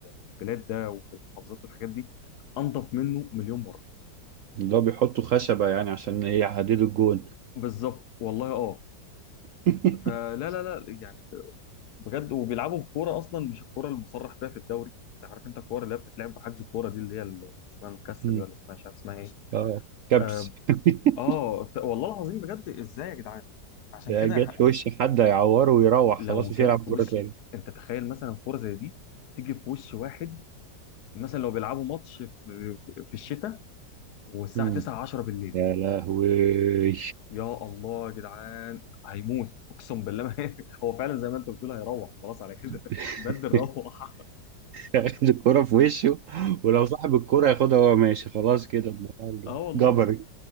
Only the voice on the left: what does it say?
في البلاد ده وفي المحافظات والحاجات دي انضف منه مليون مره
بالظبط والله اه
فلا لا لا يعني بجد وبيلعبوا بكوره اصلا مش الكوره المصرح بيها في الدوري انت عارف انت الكوره اللي هي بتتلعب بحجز الكوره دي اللي هي ال- اسمها المكسل
دي ولا اسمها مش عارف اسمها ايه
اه
آه، ف- والله العظيم بجد ازاي يا جدعان عشان
كده
لو
جت
في
وش
انت تخيل مثلا كوره زي دي تيجي في وش واحد مثلا لو بيلعبوا ماتش في في الشتاء والساعه
9 10 بالليل
يا الله يا جدعان هيموت اقسم بالله ما <laughs> هو فعلا زي ما انت بتقول هيروح خلاص على كده
<laughs> بدل روح
اه والله